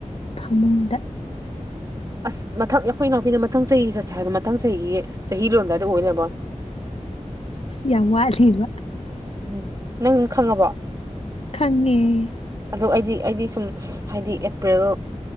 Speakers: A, on the left; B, on the right.
A: ꯐꯃꯨꯡꯗ
B: ꯑꯁ ꯃꯊꯪ ꯑꯩꯈꯣꯏ ꯏꯅꯥꯎꯄꯤꯅ ꯃꯊꯪ ꯆꯍꯤ ꯆꯠꯁꯦ ꯍꯥꯏꯕꯗꯣ ꯃꯊꯪ ꯆꯍꯤꯒꯤ ꯆꯍꯤ ꯂꯣꯏꯔꯝꯗꯥꯏꯗ ꯑꯣꯏ ꯂꯩꯔꯝꯕ ꯋꯥꯅꯦ
A: ꯌꯥꯝ ꯋꯥꯠꯂꯤꯕ
B: ꯎꯝ ꯅꯪꯪ ꯈꯪꯉꯕꯣ
A: ꯈꯪꯉꯦ
B: ꯑꯗꯣ ꯑꯩꯗꯤ ꯑꯩꯗꯤ ꯁꯨꯝ ꯍꯥꯏꯗꯤ ꯑꯦꯄ꯭ꯔꯤꯜ